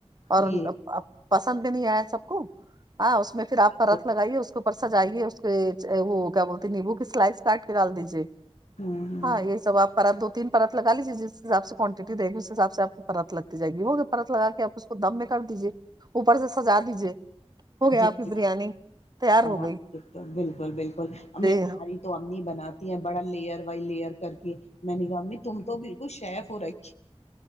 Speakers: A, on the right; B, on the left.
A: اور
B: جی
A: پسند بھی نہیں آیا سب کو ہاں اس میں پھر آپ پرت
B: تو
A: لگائیے اس کے اوپر سجائیے اس کو وہ کیا بولتے ہیں نیمبو کی سلائس کاٹ کے ڈال دیجیے
B: ہاں ہاں
A: ہایہ سب آپ پرات دو تین پرات لا لگا لیجیے جس حساب سے کوانٹٹی دی اس حساب سے آپ کو پرات لگ جائے گی وہ پرت لگا کے آپ اس کو دم میں کر دیجیے اوپر سے سجا دیجیے ہو گیا
B: جی
A: آپ کی
B: جی
A: بریانی تیار
B: ہاں،
A: ہوگی
B: بالکل بالکل
A: ہاں
B: تو امی بناتی ہے بڑا لیئر وائی لیئر کر کے میں نے کہا امی تم تو بالکل شیف ہو رہی